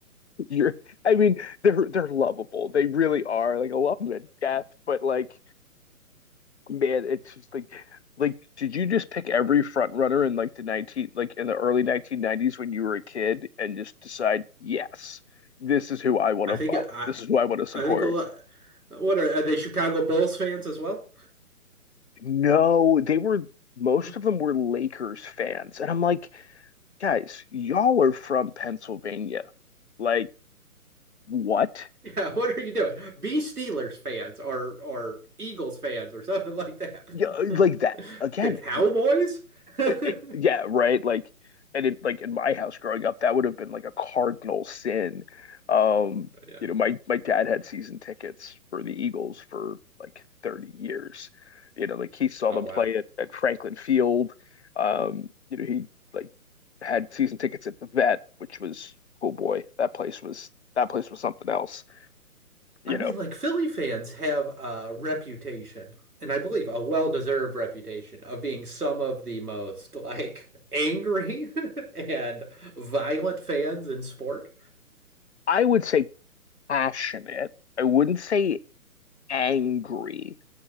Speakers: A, on the left; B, on the right.
A: you're I mean, they're they're lovable. They really are. Like I love them to death, but like, man, it's just like like did you just pick every front runner in like the 19 like in the early 1990s when you were a kid and just decide, yes, this is who I want
B: I
A: to
B: think
A: follow.
B: I,
A: This is who I want to support.
B: I think a lot. What are, are they Chicago Bulls fans as well?
A: No, they were most
B: <laughs>
A: of them were Lakers fans. And I'm like, guys, y'all are from Pennsylvania. Like, what?
B: Yeah, <laughs> what are you doing? Be Steelers fans or or Eagles fans or <laughs> something like that.
A: Yeah,
B: <laughs>
A: like that again.
B: The Cowboys?
A: uh,
B: <laughs>
A: uh, Yeah, right. Like, and in, like in my house growing up, that would have been like a cardinal sin. Um,
B: Oh, Yeah.
A: you know, my my dad had season tickets for the Eagles for like 30 years. You know, like he saw
B: Oh
A: them
B: wow.
A: play at, at Franklin Field. Um, you know, he like had season tickets at the Vet, which was, oh boy, that place was that place was something else. You
B: I mean,
A: know,
B: like Philly fans have a reputation, and I believe a well-deserved reputation of being some of the most like angry <laughs> and violent fans in sport.
A: I would say passionate. I wouldn't say angry.